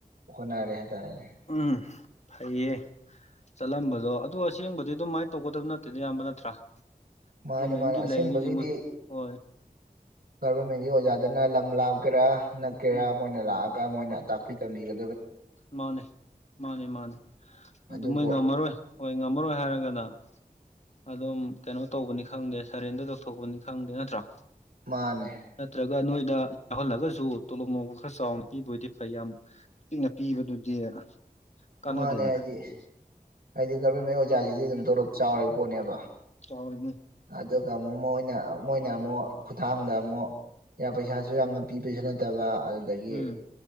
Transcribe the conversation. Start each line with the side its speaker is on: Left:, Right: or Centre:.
Right: ꯍꯣꯠꯅꯔꯦ ꯍꯥꯏꯇꯥꯔꯦꯅꯦ
Left: ꯎꯝ ꯐꯩꯌꯦ ꯆꯠꯂꯝꯕꯗꯣ ꯑꯗꯨ ꯑꯁꯦꯡꯕꯗꯤ ꯑꯗꯨꯃꯥꯏꯅ ꯇꯧꯒꯗꯕ ꯅꯠꯇꯦꯗꯗꯥ ꯏꯌꯥꯝꯕ ꯅꯠꯇ꯭ꯔꯥ
Right: ꯃꯥꯅꯦ
Left: ꯒꯣꯃꯦꯟꯤ
Right: ꯃꯥꯅꯦ ꯑꯁꯦꯡꯕꯒꯤꯗꯤ
Left: ꯂꯩꯥꯏꯔꯤꯖꯦ ꯍꯣꯏ
Right: ꯒꯚꯔꯃꯦꯟꯒꯤ ꯑꯣꯖꯥꯗꯨꯅ ꯂꯝ ꯂꯥꯀꯦꯔꯥ ꯅꯛꯀꯦꯔꯥ
Left: ꯎꯝ
Right: ꯃꯣꯏ ꯅ ꯂꯥꯛꯑꯒꯥ ꯃꯣꯏꯅ ꯇꯥꯛꯄꯤ ꯇꯝꯕꯤꯒꯥ
Left: ꯃꯥꯅꯦ ꯃꯥꯅꯦ ꯃꯥꯅꯦ ꯑꯗꯨ
Right: ꯑꯗꯨꯕꯨ
Left: ꯃꯣꯏ ꯉꯝꯃꯔꯣꯏ ꯍꯣꯏ ꯉꯝꯃꯔꯣꯏ ꯍꯥꯏꯔꯒꯥꯅ ꯑꯗꯨꯝ ꯀꯩꯅꯣ ꯇꯧꯕꯅꯤ ꯈꯪꯗꯦ ꯁꯔꯦꯟꯗꯔ ꯇꯧꯊꯣꯛꯄꯅꯤ ꯈꯪꯗꯦ ꯅꯠꯇ꯭ꯔꯥ
Right: ꯃꯥꯅꯦ
Left: ꯅꯠꯇ꯭ꯔꯒꯥ ꯅꯣꯏꯗꯥ ꯌꯥꯎꯍꯜꯂꯒꯥꯁꯨ ꯇꯣꯂꯣꯞ ꯃꯣꯞꯀꯥ ꯈꯔ ꯆꯥꯎꯅ ꯄꯤꯕꯒꯤꯗꯤ ꯐꯩꯌꯥꯝ ꯏꯄꯤꯛꯅ ꯄꯤꯕꯗꯨꯗꯤ ꯀꯥꯟꯅꯗꯦꯗꯥꯅ
Right: ꯃꯥꯅꯦ ꯍꯥꯏꯗꯤ
Left: ꯎꯝ
Right: ꯍꯥꯏꯗꯤ ꯒꯔꯃꯦꯟ ꯑꯣꯖꯥꯁꯤꯗꯤ ꯑꯗꯨꯝ ꯇꯣꯂꯣꯞ ꯆꯥꯎꯔꯤ ꯄꯣꯠꯅꯦꯕ
Left: ꯆꯥꯎꯔꯤꯅꯤ
Right: ꯑꯗꯨꯒ ꯑꯃꯨꯛ ꯃꯣꯏꯅ ꯃꯣꯏꯅ ꯑꯃꯨꯛ ꯈꯨꯊꯥꯡꯗ ꯑꯃꯨꯛ ꯄꯩꯁꯥꯁꯨ ꯌꯥꯝꯅ ꯄꯤꯕꯁꯨ ꯅꯠꯇꯕ ꯑꯗꯒꯤ
Left: ꯎꯝ